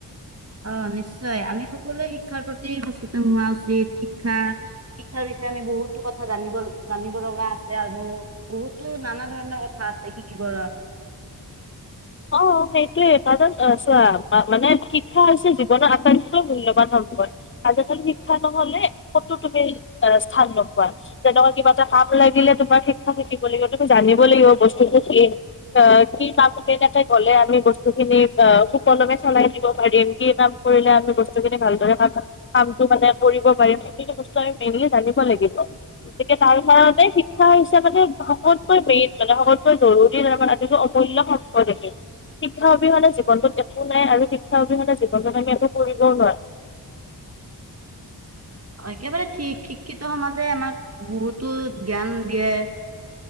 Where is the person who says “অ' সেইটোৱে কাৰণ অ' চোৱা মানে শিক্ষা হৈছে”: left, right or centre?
Left